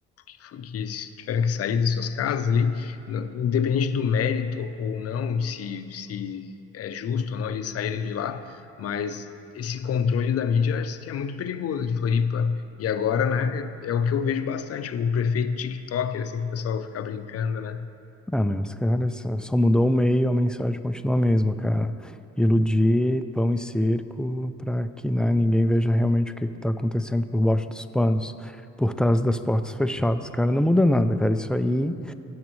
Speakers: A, on the left (about 50°); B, in the centre.
A: que foi- que tiveram que sair das suas casas ali, no- independente do mérito ou não, se, se é justo ou não eles saírem de lá, mas esse controle da mídia acho que é muito perigoso de Floripa. E agora, né, é o que eu vejo bastante, o prefeito TikToker, assim que o pessoal fica brincando, né?
B: Ah, meu, os caras só, só mudou o meio, a mensagem continua a mesma, cara. Iludir pão e circo para que, né, ninguém veja realmente o que está acontecendo por baixo dos panos, por trás das portas fechadas. Cara, não muda nada, cara. Isso aí